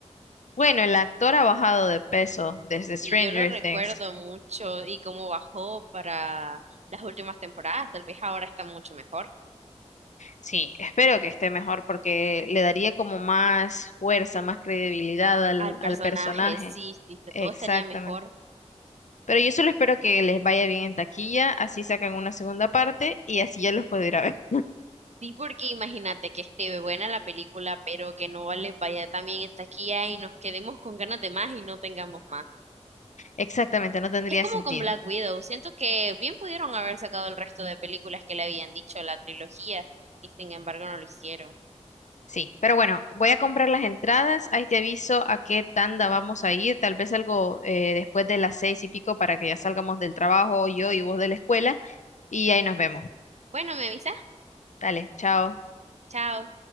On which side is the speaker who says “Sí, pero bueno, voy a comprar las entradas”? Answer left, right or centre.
Left